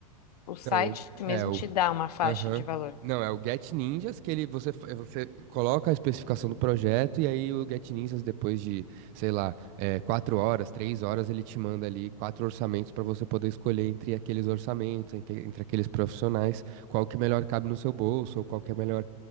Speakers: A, on the left; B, on the right.
A: o site
B: Não, o-
A: mesmo
B: é o.
A: te dá uma faixa
B: Aham.
A: de valor.
B: Não, é o Get Ninjas que ele você, fa- é, você coloca a especificação do projeto e aí o Get Ninjas, depois de, sei lá, é, quatro horas, três horas, ele te manda ali quatro orçamentos para você poder escolher entre aqueles orçamentos, entre, entre aqueles profissionais, qual que melhor cabe no seu bolso, ou qual que é melhor